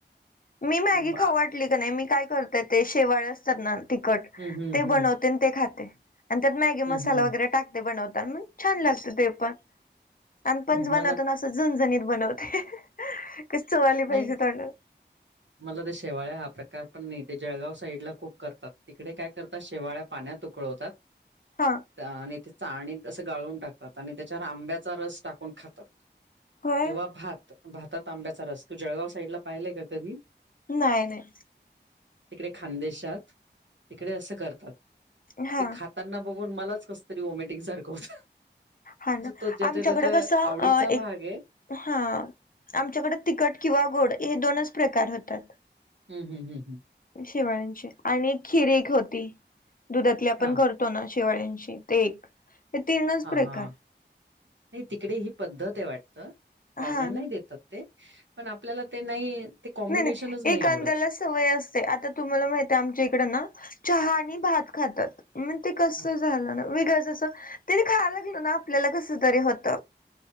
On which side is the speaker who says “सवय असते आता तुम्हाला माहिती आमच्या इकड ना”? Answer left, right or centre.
Left